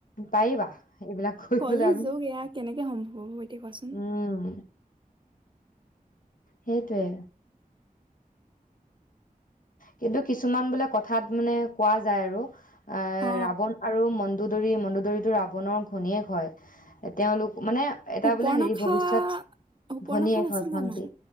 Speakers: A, on the left; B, on the right.
A: পাৰিবা এইবিলাক কৰিবলৈ
B: কলি
A: আমি
B: যোগ এয়া কেনেকে সম্ভৱ হ'ব এতিয়া কোৱাচোন
A: উম সেইটোৱে কিন্তু কিছুমান বোলে কথাত মানে কোৱা যায় আৰু এ
B: অ
A: ৰাৱণ আৰু ম মডু দৰি মণ্ডু দৰিটো ৰাৱণৰ ঘনীয়েক হয় তেওঁলোক মানে এটা
B: সুপৰ্ণখা
A: বোলে হেৰি ভৱিষ্যত
B: সুপৰ্ণখা
A: ভনী এক
B: নাছিল
A: হয় ভণ্টি
B: জানো